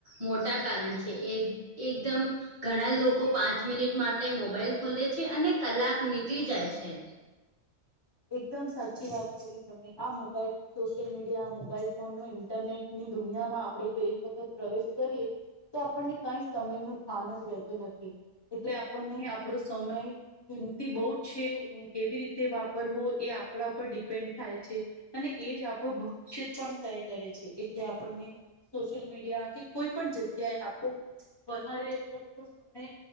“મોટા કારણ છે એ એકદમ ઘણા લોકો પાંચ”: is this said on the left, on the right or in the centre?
Right